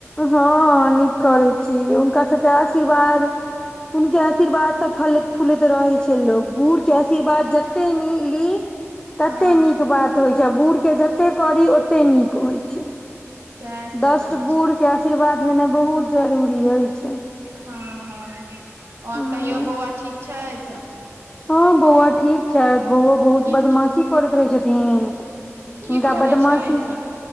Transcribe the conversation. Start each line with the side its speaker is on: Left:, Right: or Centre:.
Left: हँ नीक करैत छी हुनका सभके आशीर्वाद हुंनके आशीर्वाद सब फलैत फुलैत रहै छै लोक बुढ़ के आशीर्वाद जतेक ली ततेक
Right: हँ
Left: नीक बात होइत छै आ बूढ़के जतेक करी ओतेक नीक होइत छै
Right: सएह सब
Left: दष्ट
Right: अछि
Left: बूढ़ के आशीर्वाद लेनाइ बहुत जरूरी रहै छै
Right: हँ हँ ओर
Left: हँ
Right: कहियो बौआ ठीक छथि
Left: हँ बौआ ठीक छथि बौआ बहुत
Right: की
Left: बदमाशी करैत रहै छथिन हिनका
Right: की करै
Left: बदमासी
Right: छथि